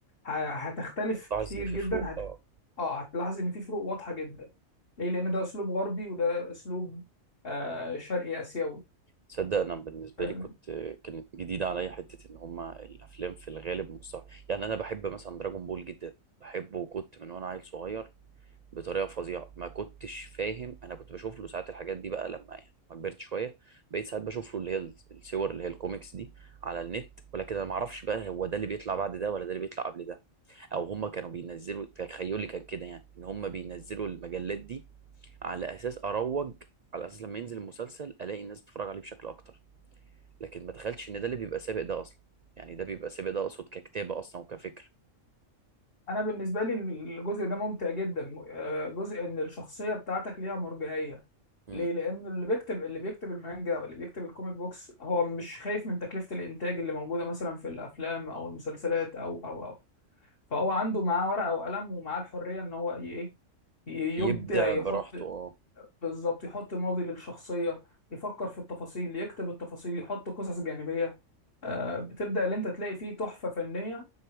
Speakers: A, on the left (about 45°); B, on the right (about 80°).
A: ه- هتختلف
B: بتلاحظ
A: كتير
B: ان في
A: جدا
B: فروق اه
A: اه هتلاحظ ان في فروق واضحه جدا ليه لان ده اسلوب غربي وده اسلوب آه شرقي اسيوي
B: تصدق انا بالنسبه
A: فاهمني؟
B: لي كنت كانت جديده عليا حته ان هما الافلام في الغالب مستوحاه يعني انا بحب مثلا دراجون بول جدا بحبه وكنت من وانا عيل صغير بطريقه فظيعه ما كنتش فاهم انا كنت بشوف له ساعات الحاجات دي بقى لما يعني ما كبرت شويه بقيت ساعات بشوف له اللي هي الصور اللي هي الكوميكس دي على النت ولكن انا ما اعرفش بقى هو ده اللي بيطلع بعد ده ولا ده اللي بيطلع قبل ده او هم كانوا بينزلوا تخيلي كان كده يعني ان هم بينزلوا المجلات دي على اساس اروج على اساس لما ينزل المسلسل الاقي الناس بتتفرج عليه بشكل اكتر لكن ما تخيلتش ان ده اللي بيبقى سابق ده اصلا يعني ده بيبقى سابق ده اقصد ككتابه اصلا وكفكر
A: انا بالنسبه لي الجزء ده ممتع جدا م- آه، جزء ان الشخصيه بتاعتك ليها مرجعيه
B: مم.
A: ليه لان اللي بيكتب اللي بيكتب المانجا واللي بيكتب الكوميك بوكس هو مش خايف من تكلفه الانتاج اللي موجوده مثلا في الافلام او المسلسلات او او او فهو عنده معاه ورقه وقلم ومعاه الحريه ان هو ي- ايه ي-
B: يبدع
A: يبدع يحط
B: براحته اه
A: بالظبط يحط ماضي للشخصية يفكر في التفاصيل يكتب التفاصيل يحط قصص جانبية آه، بتبدأ اللي انت تلاقي فيه تحفة فنية